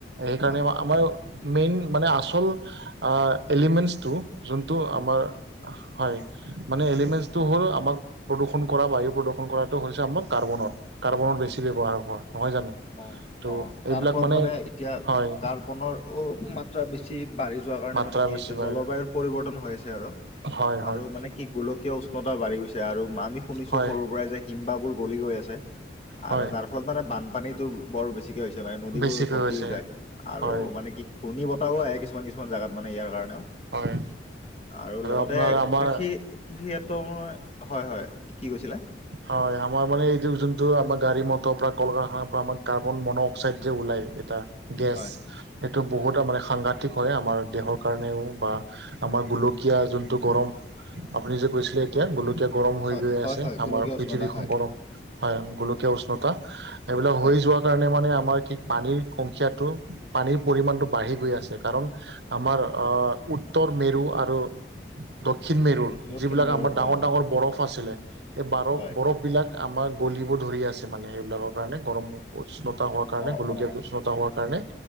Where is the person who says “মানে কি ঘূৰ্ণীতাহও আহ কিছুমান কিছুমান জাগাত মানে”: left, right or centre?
Left